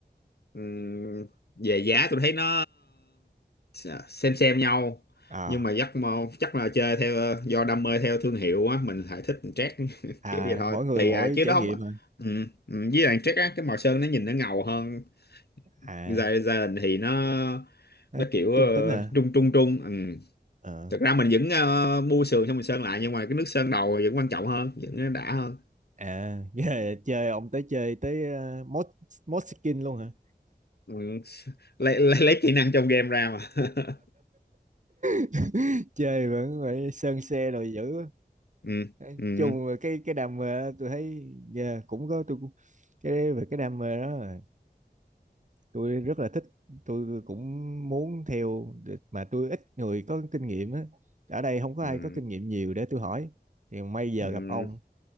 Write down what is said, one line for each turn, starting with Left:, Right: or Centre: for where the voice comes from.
Left: ừ. về giá tôi thấy nó ờ, xem xem nhau
Right: à
Left: nhưng mà chắc mà chắc là chơi theo ờ, do đam mê theo thương hiệu á mình lại thích Jack <laughs>
Right: à
Left: kiểu vậy thôi
Right: mỗi người
Left: tùy
Right: mỗi
Left: à chứ
Right: trải
Left: đó
Right: nghiệm
Left: không
Right: hả
Left: ừ. ừ, với lại Jack á cái màu sơn nó nhìn nó ngầu hơn
Right: à
Left: Gia- gia đình thì nó
Right: nó
Left: nó kiểu
Right: trung
Left: ờ,
Right: tính hả
Left: trung trung trung ừ.
Right: ờ
Left: Thực ra mình vẫn ờ, mua sườn xong mình sơn lại nhưng mà cái nước sơn đầu vẫn quan trọng hơn vẫn đã hơn
Right: à <laughs> nghĩa là chơi ông tới chơi tới uh, mod mod skin luôn hả
Left: ừ. lấy, lấy lấy kỹ năng trong game ra mà <laughs>
Right: <laughs> chơi vẫn phải sơn xe rồi dữ
Left: ừ.
Right: Đấy,
Left: Ừ.
Right: chung về cái cái đam mê đó, tôi thấy yeah, cũng có tôi cũng- cái về cái đam mê đó là tôi rất là thích tôi cũng muốn theo để- mà tôi ít người có kinh nghiệm á ở đây không có
Left: Ừ.
Right: ai có kinh nghiệm nhiều để tôi hỏi thì may giờ
Left: Ừ.
Right: gặp ông